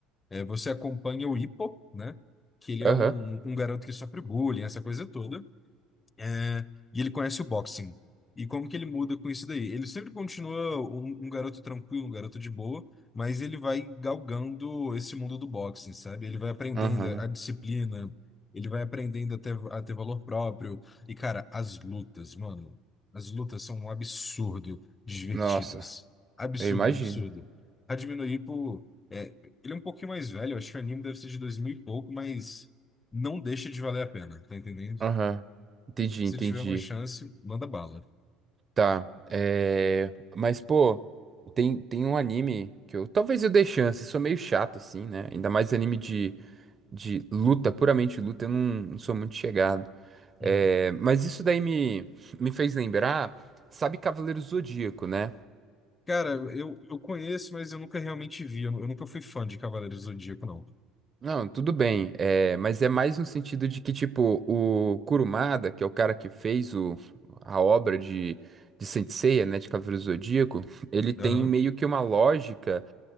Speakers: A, on the left; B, on the right.
A: É, você acompanha o Hippo, né? Que ele é
B: Aham.
A: um, um garoto que sofre bullying, essa coisa toda. É, e ele conhece o boxing. E como que ele muda com isso daí? Ele sempre continua um, um garoto tranquilo, um garoto de boa, mas ele vai galgando esse mundo do boxing, sabe? Ele vai aprendendo
B: Aham.
A: a disciplina, ele vai aprendendo a ter, a ter valor próprio. E, cara, as lutas, mano, as lutas são um absurdo de divertidas.
B: Nossa,
A: Absurdo,
B: eu imagino.
A: absurdo. Hajime no Ippo, é, ele é um pouquinho mais velho, eu acho que o anime deve ser de 2000 e pouco, mas não deixa de valer a pena, tá entendendo?
B: Aham. Entendi,
A: Se
B: entendi.
A: tiver uma chance, manda bala.
B: Tá. É... Mas, pô, tem, tem um anime que eu. Talvez eu dê chance. Sou meio chato, assim, né? Ainda mais anime de. de luta, puramente luta, eu não, não sou muito chegado. É,
A: Uhum.
B: mas isso daí me, me fez lembrar, sabe Cavaleiro Zodíaco, né?
A: Cara, eu, eu conheço, mas eu nunca realmente vi. Eu, eu nunca fui fã de Cavaleiros do Zodíaco, não.
B: Não, tudo bem, é, mas é mais no sentido de que, tipo, o Kurumada, que é o cara que fez o, a obra de, de Saint Seiya, né, de Cavaleiro Zodíaco, ele tem
A: Aham,
B: meio que uma lógica